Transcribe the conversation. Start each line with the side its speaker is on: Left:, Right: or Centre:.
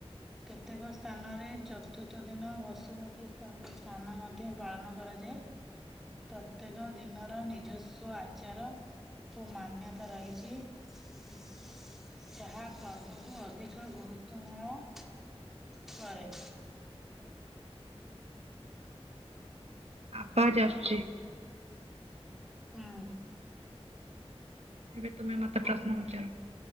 Centre: କେତେକ ସ୍ଥାନରେ ଚତୁର୍ଥ ଦିନ ବସୁମତୀ ସ୍ନାନ ସ୍ଥାନ ମଧ୍ୟ ଧ୍ୟ ପାଳନ କରାଯାଏ ପ୍ରତ୍ୟେକ ଦିନର ନିଜସ୍ଵ ଆଚାର ଓ ମାନ୍ୟତା ରହିଚି। ଯାହା ପର୍ବକୁ ଅଧିକ ଗୁରୁତ୍ଵ ପୂର୍ଣ୍ଣ କରେ।
Right: ଆବାଜ ଆସୁଛି।
Centre: ହୁଁ।
Right: ଏବେ ତୁମେ ମତେ
Centre: ଏବେ
Right: ପ୍ରଶ୍ନ ପଚାର।